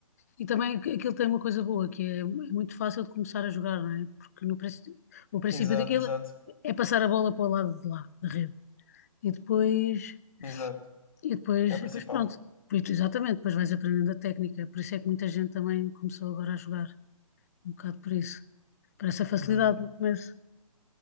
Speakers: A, on the left; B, on the left.
A: E também aqu- aquilo tem uma coisa boa, que é, é muito fácil de começar a jogar, não é? Porque no, princ- o princípio
B: Exato,
A: daquilo
B: exato,
A: é passar a bola para o lado de lá, da rede. E depois,
B: exato.
A: e depois,
B: É a
A: e
B: principal.
A: depois pronto. Pois, Exatamente, depois vais aprendendo a técnica. Por isso é que muita gente também começou agora a jogar, um bocado por isso. Por essa facilidade
B: Uhum.
A: no começo.